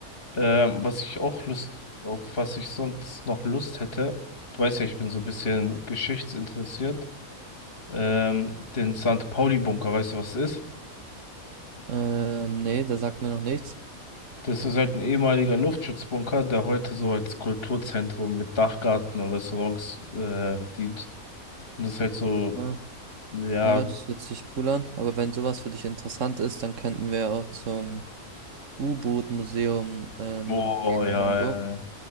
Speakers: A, on the left; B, on the right.
A: Ähm, was ich auch Lust, auf was ich sonst noch Lust hätte, du weißt ja, ich bin so ein bisschen geschichtsinteressiert. Ähm, den St. Pauli-Bunker, weißt du, was das ist?
B: Ähm, nee, da sagt mir noch nichts.
A: Das ist halt ein ehemaliger Luftschutzbunker, der heute so als Kulturzentrum mit Dachgarten und Restaurants äh, dient. Und das ist halt so,
B: Ja.
A: ja,
B: Ja, das hört sich cool an. Aber wenn sowas für dich interessant ist, dann könnten wir auch zum U-Boot-Museum ähm,
A: oh
B: gehen
A: ja,
B: in Ja. Hamburg.
A: ja.